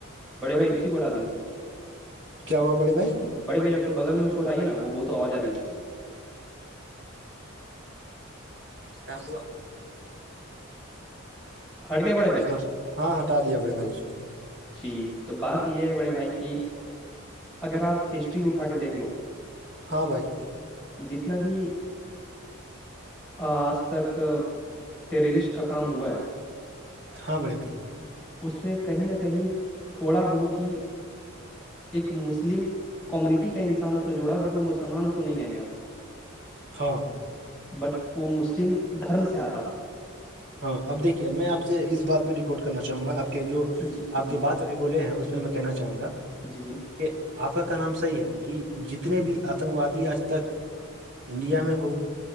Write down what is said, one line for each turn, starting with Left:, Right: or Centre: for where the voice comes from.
Centre: بڑے بھائی اسی کو ہٹا دیجیے
Right: کیا ہوا بڑے بھائی
Centre: بڑے بھائی آپ کے بغل میں اس کو ہٹائیے نا وہ بہت آواز آ رہی ہے اس کی
Right: تب
Centre: ہٹ گئے بڑے بھائی
Right: ہاں ہاں ہٹا دیا بڑے بھائی اس کو
Centre: جی تو بات یہ ہے بڑے بھائی کی اگر آپ ہسٹری اٹھا کے دیکھ لو
Right: ہاں بھائی
Centre: جتنا بھی آج تک ٹریجسٹ کا کام ہوا ہے
Right: ہاں بے ب
Centre: اس میں کہیں نہ کہیں تھوڑا بہت ہی ایک مسلم کمیونٹی کا انسان اس نے جوڑا ہے بٹ وہ مسلمان اس کو نہیں کہیں گے ہم
Right: ہاں
Centre: بٹ وہ مسلم دھرم سے آتا تھا
Right: ہاں اب دیکھیے میں آپ سے اس بات پہ ریکارڈ کرنا چاہوں گا آپ کے جو
Centre: جی
Right: آپ
Centre: جی
Right: جو بات ا بولے ہیں اس پ میں کہنا چاہوں گا
Centre: جی جی
Right: کہ آپ کا کا نام صحیح ہے کہ جتنے بھی آتنک وادی آج تک انڈیا میں ہو